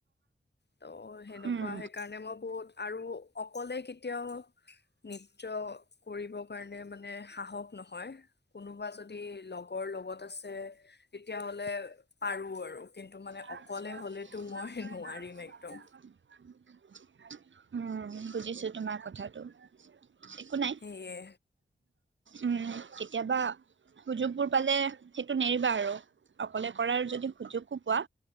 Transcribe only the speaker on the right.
উম,
<inaudible> উম,
বুজিছো তোমাৰ কথাত। ত একো নাই।
উম কেতিয়াবা সুযোগ বোৰ পালে সেইটো নেৰিবা আৰু অকলে কৰাৰ যদি সুযোগ খুব। কোৱা?